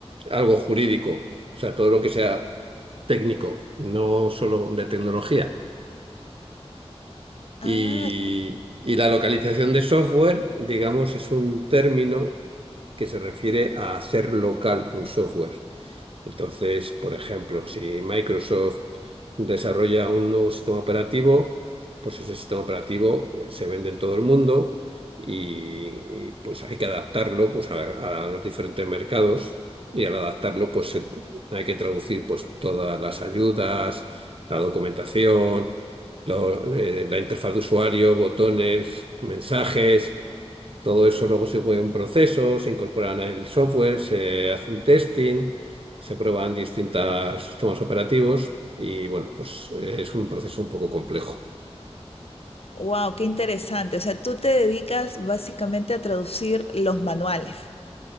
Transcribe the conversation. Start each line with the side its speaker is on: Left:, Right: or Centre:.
Right: algo jurídico, o sea, todo lo que sea técnico, no solo de tecnología.
Left: Ah,
Right: Y, y la localización de software, digamos, es un término que se refiere a hacer local un software. Entonces, por ejemplo, si Microsoft desarrolla un nuevo sistema operativo, pues ese sistema operativo eh, se vende en todo el mundo y, y, pues hay que adaptarlo pues, a, a los diferentes mercados y al adaptarlo pues se- hay que traducir pues todas las ayudas, la documentación, lo- eh, la interfaz de usuario, botones, mensajes. Todo eso luego se juega un proceso, se incorporan al software, se hace un testing, se prueban distintos sistemas operativos y bueno, pues eh, es un proceso un poco complejo.
Left: wow, qué interesante. O sea, tú te dedicas básicamente a traducir los manuales